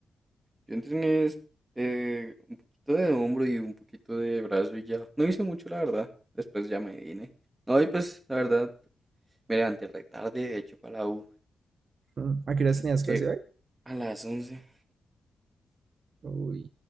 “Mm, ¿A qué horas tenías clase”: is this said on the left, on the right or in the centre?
Right